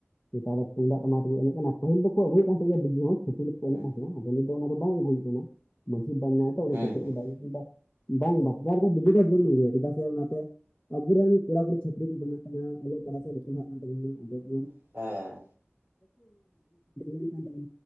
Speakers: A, on the left (about 30°); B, on the right (about 45°).
A: ᱱᱮᱛᱟᱨ ᱫᱚ ᱛᱩᱢᱫᱟᱜ ᱴᱟᱢᱟᱠ ᱛᱮᱠᱚ ᱮᱱᱮᱡ ᱠᱟᱱᱟ, ᱯᱟᱦᱤᱞ ᱫᱚᱠᱚ ᱟᱹᱜᱩᱭᱮᱫ ᱛᱟᱦᱮᱸ ᱠᱟᱱᱟ ᱵᱤᱡᱮ ᱦᱚᱸ ᱾ ᱮᱱᱮᱫ ᱠᱟᱱ
B: ᱦᱩᱸ ᱦᱩᱸ
A: ᱛᱟᱦᱮᱸᱱᱟ ᱟᱫᱚ ᱱᱤᱫ ᱫᱚ, ᱚᱱᱟ ᱫᱚ ᱵᱟᱝ ᱟᱹᱜᱩᱭ ᱦᱩᱭᱩᱜ ᱠᱟᱱᱟ, ᱢᱟᱺᱡᱷᱤ ᱵᱟ ᱢᱮᱱᱟᱭᱟᱛᱚ ᱩᱱᱤ
B: ᱦᱩᱸ
A: ᱠᱟᱛᱮᱫ
B: ᱦᱩᱸ
A: ᱵᱟᱭ ᱟᱜᱩᱭᱫᱟ᱾ ᱵᱟᱝ ᱵᱟᱯᱞᱟ ᱨᱮ ᱫᱚ ᱰᱤᱡᱮ ᱫᱚ ᱵᱚᱱ ᱟᱹᱜᱩᱭᱟ, ᱪᱮᱫᱟᱜ ᱥᱮ ᱚᱱᱟᱛᱮ ᱟᱵᱚᱨᱮᱱ ᱠᱚᱲᱟ ᱠᱩᱲᱤ ᱪᱷᱟᱯᱨᱤ ᱠᱚ ᱵᱮᱱᱟᱜ ᱠᱟᱱᱟ, ᱚᱞᱚᱜ ᱯᱟᱲᱦᱟᱜ ᱥᱮᱫ ᱵᱟᱠᱚ ᱞᱟᱦᱟᱜ ᱠᱟᱱ ᱛᱟᱵᱚᱱᱟ, ᱟᱫᱚ <unintelligible>
B: ᱦᱮᱸ
A: <unintelligible> <unintelligible> <unintelligible> <unintelligible>